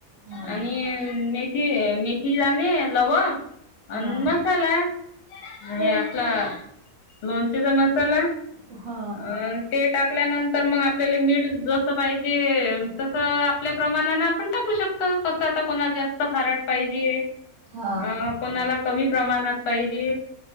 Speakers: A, on the right (about 65°); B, on the left (about 55°).
A: हा
B: आणि मेथी मेथी दाणे, लवंग,
A: हा.
B: अन मसाला हे
A: हो.
B: आपला लोणचेचा मसाला
A: हो
B: अ ते टाक ल्यानंतर मग आपल्याला मीठ जस पाहिजे तस आपल्या प्रमाणाने आपण टाकू शकतो. कसं आता कोणाला जास्त खारट पाहिजे.
A: हो
B: अ कोणाला कमी प्रमाणात पाहिजे